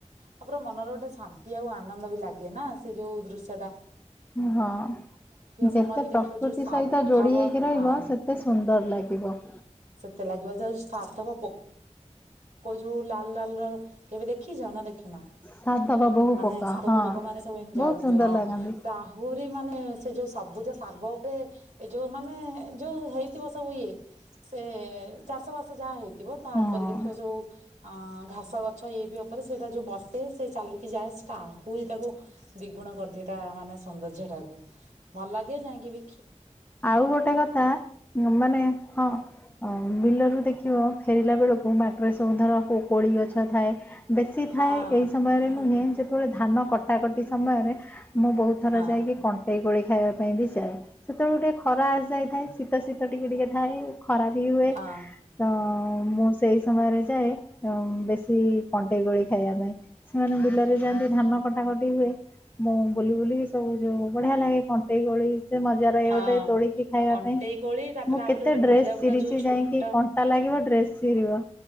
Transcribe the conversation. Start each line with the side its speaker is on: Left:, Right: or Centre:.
Right: ତାପରେ ମନର ଗୋଟେ ଶାନ୍ତି ଆଉ ଆନନ୍ଦ ବି ଲାଗେ ନା ସେ ଯୋଉ ଦୃଶ୍ୟ ଟା।
Left: ହଁ ଯେତେ
Right: ସମୟରେ ବି ଦେଖିବ
Left: ପ୍ରକୃତି
Right: ଯୋଉ ସାର୍ଥବ
Left: ସହିତ ଯୋଡି ହେଇକି ରହିବ
Right: ହଁ
Left: ସେତେ ସୁନ୍ଦର ଲାଗିବ।
Right: ସେତେ ଲାଗିବ ସାଧବ ପୋକ ଯୋଉ ଲାଲ ଲାଲ କେବେ ଦେଖିଛ ନା ଖିନ
Left: ସାଧବ ବୋହୁ
Right: ମାନେ
Left: ପକା
Right: ସାଧବ
Left: ହଁ
Right: ପୋକ ମାନେ ସବୁ ଏମତି
Left: ବହୁତ
Right: ଯାଉଥିବେ
Left: ସୁନ୍ଦର
Right: ହଁ
Left: ଲାଗନ୍ତି
Right: ଆହୁରି ମାନେ ସେ ଯୋଉ ସବୁଜ ଶାଗ ଉପରେ ଏଇ ଯୋଉ ମାନେ ଯୋଉ ହେଇଥିବ ସବୁ ଇଏ ସେ ଚାଷ ବାସ ଯାହା ହେଇଛି। ଥିବ ତାପରେ
Left: ହଁ।
Right: ଦେଖିବ ଯୋଉ ଘାସ ଘାସ ଗଛ ଇଏ ପି ଉପରେ ସେଇଟା ଯୋଉ ବସେ ସେ ଚାଲିକି ଯାଏ ସେଟା ଆହୁରି ତାକୁ ଦ୍ୱିଗୁଣ କରିଦିଏ ତା ମାନେ ସୌନ୍ଦର୍ଯ୍ୟ ଟାକୁ ଭଲ ଲାଗେ ଯାଇକିବି
Left: ଆଉ ଗୋଟେ କଥା ମାନେ ହଁ। ବିଲରୁ ଦେଖିବ ଫେରିଲା ବେଳକୁ ବାଟରେ ସବୁ ଧର କୋଳି ଗଛ ଥାଏ। ବେଶୀ
Right: ହଁ
Left: ଥାଏ ଏଇ ସମୟରେ
Right: ହଁ
Left: ନୁହେଁ ଯେତେବେଳେ ଧାନ କଟା ଟା କଟି ସମୟରେ ମୁଁ ବହୁତ ଥର
Right: ହଁ
Left: ଯାଇକି କଣ୍ଟେଇ ଗୋଳି ଖାଇବା ପାଇଁ ବି ଯାଏ। ସେତେବେଳଳେ ଟିକେ ଖରା ଆସିଯାଇଥାଏ ଶୀତ ଶୀତ ଟିକେ ଟିକିଏ ଥାଏ। ଖରାପ ହିଁ ହୁଏ
Right: ହଁ
Left: ତ ମୁଁ ସେଇ ସମୟରେ ଯାଏ ବେଶୀ କଣ୍ଟେଇ କୋଳି ଖାଇବା ପାଇଁ ସେମାନେ ବିଲରେ ଯାଆନ୍ତି ଧାନ କଟା କଟି ହୁଏ ମୁଁ ବୁଲି ବୁଲିକି ସବୁ ଯୋଉ ବଢିଆ ଲାଗେ କଣ୍ଟେଇ କୋଳି ସେ ମଜା ଲାଗେ
Right: ହଁ
Left: ଗୋଟେ ତୋଳିକି ଖାଇବା
Right: କଣ୍ଟେଇ
Left: ପାଇଁ।
Right: କୋଳି ତାପରେ
Left: ମୁଁ
Right: ଆଉ
Left: କେତେ
Right: ଗୋଟେ ଗୋଟେ
Left: ଡ୍ରେସ
Right: ବୁଦା
Left: ଚିରିଛି
Right: ବୁଦା ଯୋଉ ଛୋଟ
Left: ଯାଇକି କଣ୍ଟା ଲାଗିବ ଡ୍ରେସ ଚିରିବ।